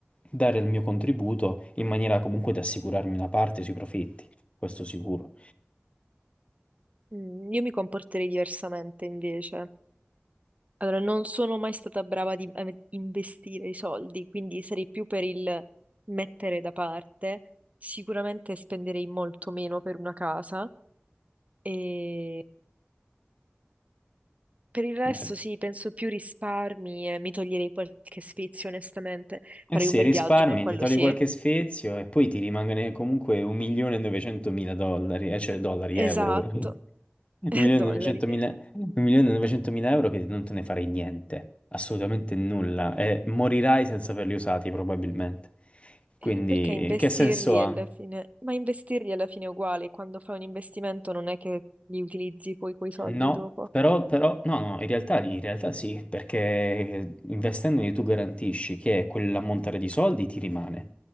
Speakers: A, on the left; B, on the right.
A: dare il mio contributo in maniera comunque da assicurarmi una parte sui profitti, questo sicuro.
B: Mm, io mi comporterei diversamente, invece. Allora, non sono mai stata brava di- a investire i soldi, quindi sarei più per il mettere da parte. Sicuramente spenderei molto meno per una casa e Per il resto
A: Beh,
B: sì, penso più risparmi e mi toglierei qualche sfizio, onestamente. Farei
A: Eh sì,
B: un bel
A: risparmi,
B: viaggio, quello
A: ti togli
B: sì.
A: qualche sfizio e poi ti rimane comunque 1.900.000 dollari, eh, cioè dollari,
B: Esatto,
A: euro, ora. 1.900.000
B: <laughs> e dollari.
A: 1.900.000 euro che non te ne farei niente, assolutamente nulla, e morirai senza averli usati probabilmente. Quindi
B: Eh, Perché investirli
A: che senso ha?
B: alla fine... Ma investirli alla fine è uguale, quando fai un investimento non è che li utilizzi poi quei soldi
A: No,
B: dopo.
A: però, però- no, no, in realtà, in realtà sì, perché investendoli tu garantisci che quell'ammontare di soldi ti rimane,